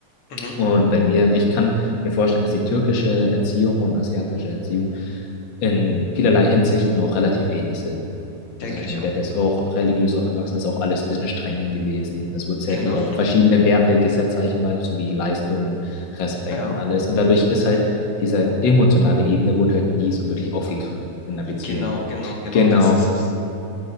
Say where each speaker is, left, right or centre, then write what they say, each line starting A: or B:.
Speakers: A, on the left; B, on the left.
A: Mhm,
B: Und bei mir, ich kann mir vorstellen, dass die türkische Erziehung und asiatische Erziehung in vielerlei Hinsichten auch relativ ähnlich sind. Also
A: denke
B: zum Beispiel
A: ich
B: mein
A: auch.
B: Dad ist auch religiös aufgewachsen, ist auch alles ein bisschen streng gewesen. Es wurde sehr
A: Genau.
B: viel auf verschiedene Werte gesetzt, sag ich mal, sowie Leistung, Respekt
A: Ja,
B: und alles. Und dadurch ist halt diese emotionale Ebene wurde halt nie so wirklich aufgegriffen in der Beziehung.
A: genau, genau, genau,
B: Genau.
A: das ist.